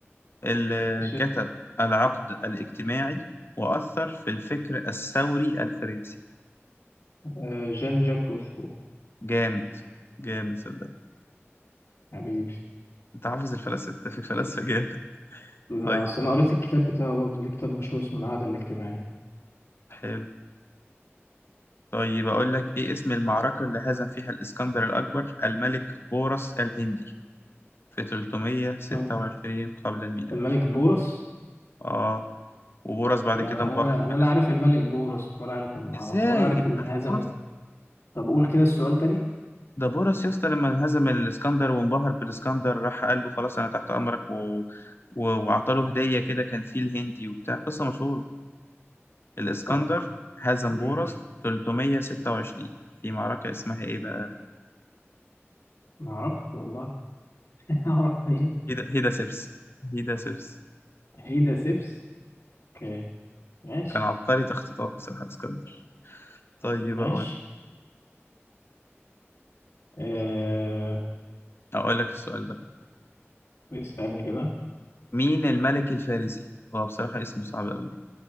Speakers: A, on the left (about 55°); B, on the left (about 85°).
A: اللي
B: ماشي
A: كتب العقد الاجتماعي وأثر في الفكر الثوري الفرنسي
B: آه جان جاك روسو
A: جامد جامد صدق
B: حبيبي
A: أنت حافظ الفلاسفة في الفلاسفة جامد
B: لا،
A: طيب
B: أصل أنا قريت الكتاب بتاعه برضه ليه كتاب مشهور اسمه العقد الاجتماعي
A: حلو طيب أقول لك إيه اسم المعركة اللي هزم فيها الإسكندر الأكبر الملك بورس الهندي في 326
B: أه.
A: قبل الميلاد
B: الملك بورس
A: آه وبورس بعد
B: يعني
A: كده
B: انا
A: انبهر
B: انا
A: بالإس-
B: لا عارف الملك بورس ولا عارف المعركه
A: إزاي
B: ولا عارف
A: متعرفش
B: اللي هزمه
A: بورس
B: طب قول كده السؤال تاني
A: ده بورس يا اسطى لما هزم الإسكندر وانبهر بالإسكندر راح قال له خلاص أنا تحت أمرك و... و... وأعطاله هدية كده كان فيل هندي وبتاع قصة مشهورة الإسكندر
B: طب
A: هزم
B: مم.
A: بورس 326 في معركة اسمها إيه بقى
B: ما اعرفش والله <laughs> اعرف منين
A: هيدا, هيدا سبس هيدا سبس
B: هيدا سيبس اوكي ماشي
A: كان عبقري تخطيطات بصراحة اسكندر طيب
B: ماشي
A: أقول
B: آه...
A: أقول لك السؤال ده
B: اسالني كده
A: مين الملك الفارسي هو بصراحة اسمه صعب أوي